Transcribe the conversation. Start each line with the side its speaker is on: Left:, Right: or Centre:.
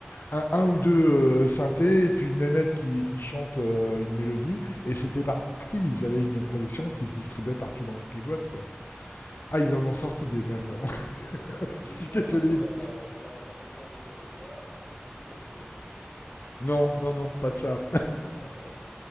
Left: un, un ou deux euh, synthés et puis une nénette qui, qui chante euh, une mélodie. Et c'était parti. Ils avaient une production qui se distribuait partout dans toutes les boîtes, quoi.
Right: Mm.
Left: Ah, ils en ont sorti des merdes. hein.
Right: Bon,
Left: <laughs>
Right: j'espère
Left: Je suis désolé.
Right: un jour
Left: de-
Right: euh, pouvoir partager un vinyle avec toi, mais surtout pas d'Italio Disco en tout cas.
Left: Non, non, non, pas ça.
Right: <laughs>